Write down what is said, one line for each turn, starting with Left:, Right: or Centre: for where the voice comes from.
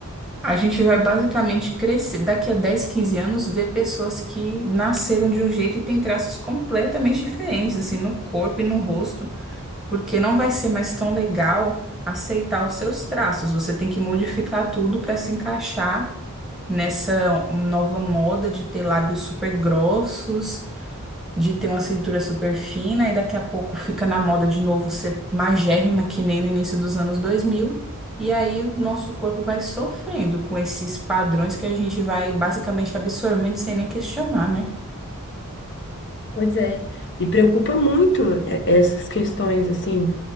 Centre: a gente vai basicamente crescer, daqui a 10, 15 anos, ver pessoas que nasceram de um jeito e têm traços completamente diferentes, assim, no corpo e no rosto, porque não vai ser mais tão legal aceitar os seus traços. Você tem que modificar tudo para se encaixar nessa nova moda de ter lábios super grossos de ter uma cintura super fina e daqui a pouco fica na moda de novo ser magérrima, que nem no início dos anos dois mil E aí o nosso corpo vai sofrendo com esses padrões que a gente vai basicamente absorvendo sem nem questionar, né?
Left: Pois é. E preocupa muito é, essas questões assim,